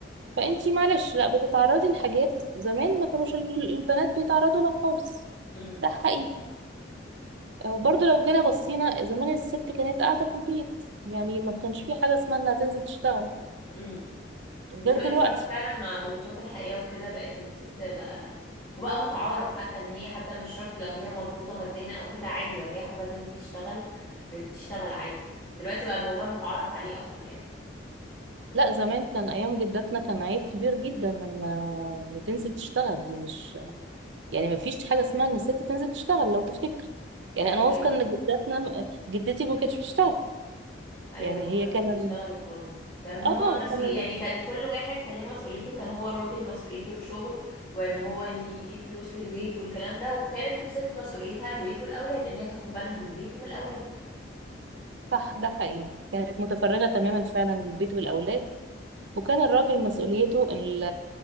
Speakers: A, on the right (about 70°); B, on the left (about 25°).
A: فانتي معلش لا بتتعرضي لحاجات زمان ما كانوش ال- البنات بيتعرضوا لها خالص
B: امم
A: ده حقيقي آه برضو
B: أيوة.
A: لو جينا بصينا زمان الست كانت قاعده في البيت يعني ما كانش في حاجه اسمها انها تنزل تشتغل
B: امم دلوقتي
A: غير دلوقتي
B: برضه فعلا مع ضغوطات الحياة وكده بقت الست بقى وبقى متعارف حتى ان هي حتى مش شرط لو هي مضغوطة ماديا او كده عادي لو هي حابة تنزل تشتغل بتشتغل عادي دلوقتي بقى الموضوع متعارف عليه اكتر يعني
A: لا زمان كان ايام جداتنا كان عيب كبير جدا ان ان تنزل تشتغل دي مش
B: مم.
A: يعني ما فيش حاجه اسمها ان الست تنزل تشتغل لو تفتكر يعني
B: ايوه
A: انا واثقه
B: ايوه
A: ان
B: انا
A: جداتنا جدتي ما كانتش بتشتغل
B: ايوه
A: يعني
B: ما كانوش
A: هي كان
B: بيشتغلوا
A: ال-
B: خالص كانوا هما
A: اه
B: مسؤول
A: كان ال-
B: يعني كان كل واحد كان ليه مسؤوليته كان هو الراجل مسؤوليته الشغل وان هو اللي يجيب فلوس للبيت والكلام ده وكانت الست مسؤوليتها البيت والاولاد ان هي تاخد بالها من البيت ومن الاولاد
A: صح ده حقيقي كانت متفرغه تماما فعلا للبيت والاولاد وكان الراجل مسؤوليته ال-